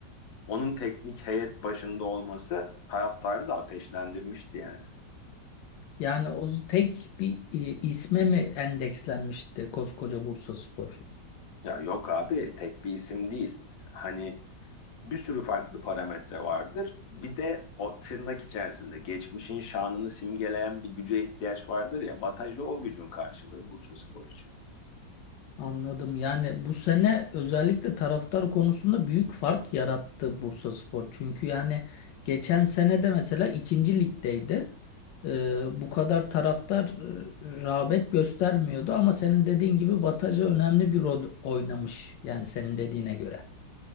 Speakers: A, on the left; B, on the left.
A: Onun teknik heyet başında olması taraftarı da ateşlendirmişti yani.
B: Yani o z- tek bir e, isme mi endekslenmişti koskoca Bursaspor?
A: Ya yok abi tek bir isim değil. Hani bir sürü farklı parametre vardır. Bir de o tırnak içerisinde geçmişin şanını simgeleyen bir güce ihtiyaç vardır ya. Bataja o gücün karşılığı Bursaspor için.
B: Anladım. Yani bu sene özellikle taraftar konusunda büyük fark yarattı Bursaspor. Çünkü yani geçen sene de mesela ikinci ligdeydi. Ee, bu kadar taraftar e, rağbet göstermiyordu ama senin dediğin gibi Bataja önemli bir rol oynamış. Yani senin dediğine göre.